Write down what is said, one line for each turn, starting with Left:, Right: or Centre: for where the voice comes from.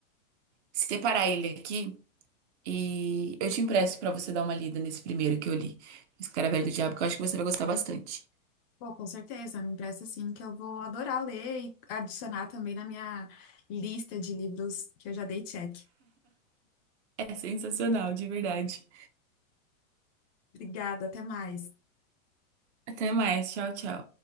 Right: separar ele aqui e eu te empresto pra você dar uma lida nesse primeiro que eu li, Escaravelho do Diabo, que eu acho que você vai gostar bastante.
Left: Pô, com certeza, me empresta assim que eu vou adorar ler e adicionar também na minha lista de livros que eu já dei check.
Right: É sensacional, de verdade.
Left: Obrigada, até mais.
Right: Até mais. Tchau, tchau.